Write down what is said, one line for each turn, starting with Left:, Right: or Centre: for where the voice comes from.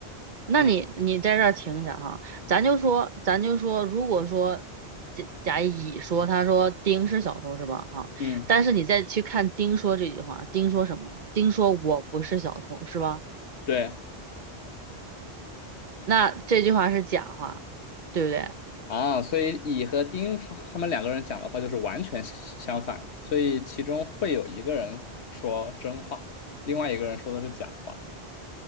Right: 那你你在这儿停一下哈，
Left: 嗯嗯，
Right: 咱就说咱就说，如果说甲甲乙说他说丁是小偷是吧？哈，
Left: 嗯
Right: 但是你再去看丁说这句话，丁说什么？丁说我不是小偷是吧？
Left: 对。
Right: 那这句话是假话，对不对？
Left: 啊，所以乙和丁他他们两个人讲的话就是完全相相反，所以其中会有一个人说真话，另外一个人说的是假话。